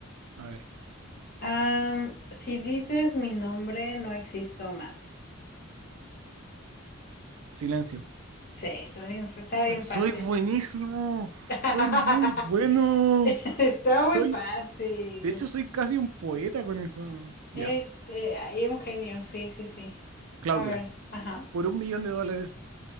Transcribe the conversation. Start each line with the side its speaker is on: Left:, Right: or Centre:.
Right: A ver.
Left: Am, si dices mi nombre, no existo más.
Right: Silencio.
Left: Sí, está bien, fa- está bien
Right: Soy
Left: fácil.
Right: buenísimo.
Left: <laughs>
Right: Soy muy bueno.
Left: Está muy
Right: Soy
Left: fácil.
Right: De hecho, soy casi un poeta con eso. Ya.
Left: Este, hay un genio, sí, sí, sí.
Right: Claudia,
Left: A ver, ajá.
Right: por un millón de dólares,